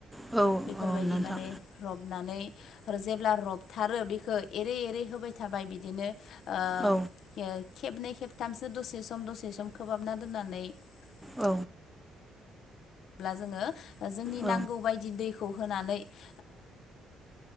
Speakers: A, in the centre; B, on the left.
A: औ औ
B: बलाङो
A: नोंथां
B: रबनानै ओ
A: औ
B: खे
A: औ
B: जोङो जोंनि
A: औ
B: नांगौ बायदि दैखौ होनानै ओ